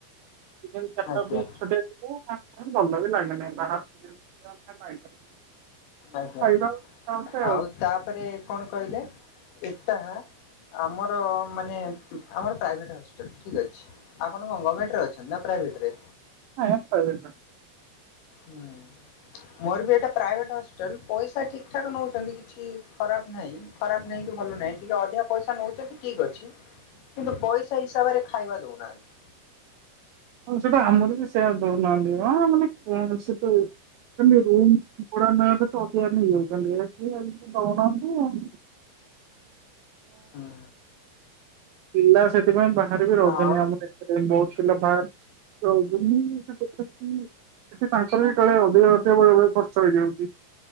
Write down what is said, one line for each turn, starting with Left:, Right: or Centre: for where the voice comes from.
Right: ଚିକେନ୍ ଚାରିଟା
Left: ଆଜ୍ଞା।
Right: ବି ଛୋଟିଆ ଛୋଟିଆ <inaudible> ଭଲ ବି ଲାଗେନି <inaudible>
Left: ଆଜ୍ଞା,
Right: ଖାଇବା କଥା
Left: ଆଉ ତାପରେ କଣ କହିଲେ ଏଟା-ଆ ଆମର ମାନେ ଆମର ପ୍ରାଇଭେଟ୍ ହଷ୍ଟେଲ୍, ଠିକ୍ ଅଛି। ଆପଣ କଣ ଗମେଣ୍ଟରେ ଅଛନ୍ତି ନା ପ୍ରାଇଭେଟରେ?
Right: ଆଜ୍ଞା ପାଇଭେଟ୍ ରେ।
Left: ହୁଁ-ଉ-ଉ, ମୋର ବି ଏଇଟା ପ୍ରାଇଭେଟ୍ ହଷ୍ଟେଲ ପଇସା ଠିକଠାକ୍ ନଉଛନ୍ତି କିଛି କିଛି ଖରାପ ନାହିଁ, ଖରାପ ନାହିଁ କି ଭଲ ନାହିଁ ଟିକେ ଅଧିକା ପଇସା ନଉଛନ୍ତି ଠିକ୍ ଅଛି। କିନ୍ତୁ ପଇସା ହିସାବରେ ଖାଇବା ଦଉ ନାହାନ୍ତି।
Right: ହଁ ସେଟା ଆମର ବି ସେଇଆ ଦଉ ନାହାନ୍ତି ମ ମାନେ କଣ ସେତେ ହେଲେ ରୁମ୍ ଭଡା <inaudible> କେତେ ଅଧିକା ନେଇଯାଉଛନ୍ତି <inaudible> ଦଉ ନାହାନ୍ତି ଆଉ।
Left: ହୁଁ।
Right: ପିଲା ସେଥିପାଇଁ ବାହାରେ ବି ରହୁଛନ୍ତି
Left: ଆଉ
Right: ଆମରେ। ସେଥିପାଇଁ ବହୁତ୍ ପିଲା ବାହାରେ ରହୁଛନ୍ତି ସେଥି <inaudible> ସେଠି ତାଙ୍କର ବି କାଳେ ଅଧିକା ଅଧିକା ବେଳେବେଳେ ଖର୍ଚ୍ଚ ହେଇଯାଉଛି।